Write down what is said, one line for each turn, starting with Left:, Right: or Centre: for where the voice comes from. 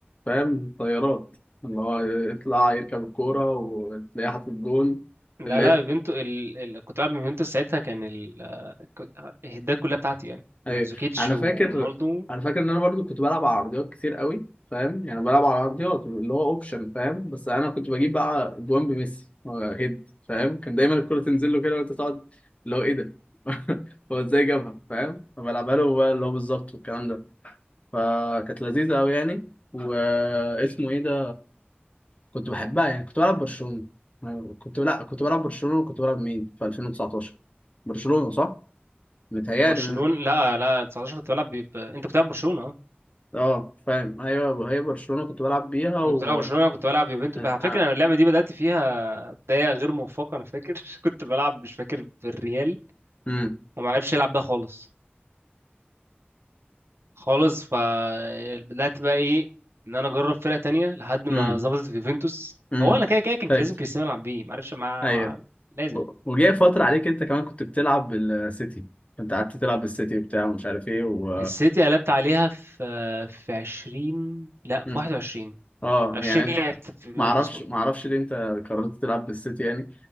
Left: فاهم طيارات اللي هو يطلع يركب الكورة وتلاقيه حاطط جون
Right: لا
Left: اللي
Right: لا يوفنتوس ال... ال... كنت بلعب يوفنتوس ساعتها كان ال... ك- الهدات كلها بتاعتي يعني
Left: ايوه
Right: منزوكيتش
Left: انا
Right: ورونالدو
Left: فاكر انا فاكر ان انا برضو كنت بلعب على عرضيات كتير قوي فاهم يعني بلعب على عرضيات اللي هو اوبشن فاهم بس انا كنت بجيب بقى جوان بميسي آه، هيد فاهم كان دايما الكرة تنزل له كده وانت تقعد اللي هو ايه ده <laughs> هو ازاي جابها فاهم فبلعبها له بقى اللي هو بالظبط والكلام ده فكانت لذيذة قوي يعني واسمه ايه ده كنت بحبها يعني كنت بلعب برشلونة أنا كنت لا كنت بلعب برشلونة وكنت بلعب مين في 2019 برشلونة صح متهيألي
Right: برشلونة لا لا 19 كنت بلعب ب... ب- انت كنت بتلعب برشلونة اه
Left: اه فاهم ايوه هي برشلونة كنت بلعب بيها و
Right: كنت بتلعب برشلونة
Left: <laughs>
Right: انا كنت بلعب يوفنتوس
Left: آه،
Right: على فكرة
Left: آه،
Right: انا اللعبة دي بدأت فيها بداية غير موفقة انا فاكر <laughs> كنت بلعب مش فاكر بالريال
Left: امم
Right: وما عرفش يلعب بيها خالص خالص فبدأت بقى ايه ان انا اجرب فرقة تانية لحد ما
Left: امم
Right: ظبطت في يوفنتوس
Left: امم
Right: هو انا كده كده كان
Left: فاكر
Right: لازم كريستيانو يلعب بيه ما عرفش مع...
Left: ايوه
Right: مع... لازم
Left: وجاي فترة عليك انت كمان كنت بتلعب بالسيتي كنت قعدت تلعب بالسيتي وبتاع ومش عارف ايه و
Right: السيتي قلبت عليها في في 20 لا في
Left: مم.
Right: 21
Left: اه
Right: 20
Left: يعني
Right: لعبت في
Left: ما
Right: يوفنتوس
Left: اعرفش
Right: برضه
Left: ما اعرفش ليه انت قررت تلعب بالسيتي يعني